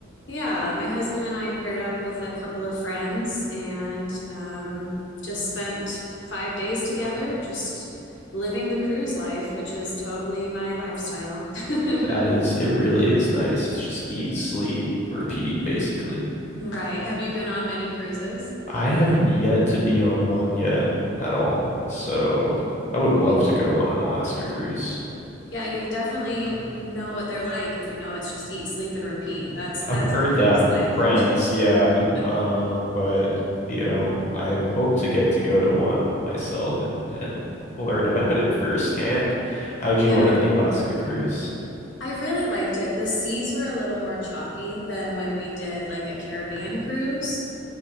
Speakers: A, on the left; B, on the left.
A: yeah, my husband and I paired up with a couple of friends and um, just spent five days together, just living the cruise life, which is totally my lifestyle. <laughs>
B: That is, it really is nice. It's just eat, sleep, repeat, basically.
A: Right. Have you been on many cruises?
B: I haven't yet to be on one yet at all, so I would love
A: Oh,
B: to go on an Alaska cruise.
A: Yeah, you've definitely know what they're like if you know it's just eat, sleep, and repeat. That's
B: I've
A: that's
B: heard
A: the cruise
B: that from
A: life.
B: friends, yeah.
A: <laughs>
B: Um, but you know, I hope to get to go to one myself and and learn <laughs> about it firsthand. How'd
A: Yeah.
B: you like the Alaska cruise?
A: I really liked it. The seas were a little more choppy than when we did like a Caribbean cruise.